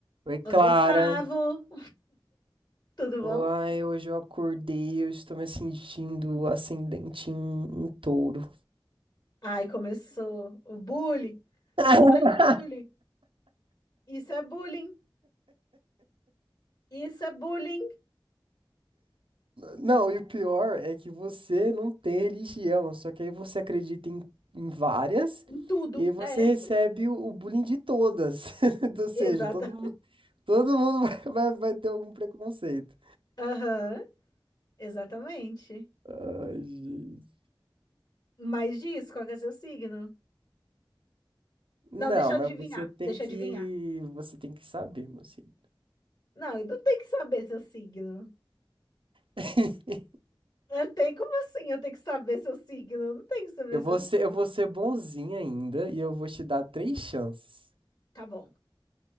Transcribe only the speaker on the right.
Oi,
Clara.
Ai, hoje eu acordei, eu estou me sentindo ascendente em, em touro.
<laughs>
Não, e o pior é que você não tem religião, só que aí você acredita em, em várias,
e aí você
recebe o, o bullying de todas. <laughs> Ou seja,
todo mundo, todo mundo <laughs> vai, vai vai ter algum preconceito.
Ai, gente.
Não,
mas
você tem
que,
você tem que saber, mocinho.
<laughs>
Eu
vou ser,
eu vou ser bonzinho ainda e eu vou te dar três chances.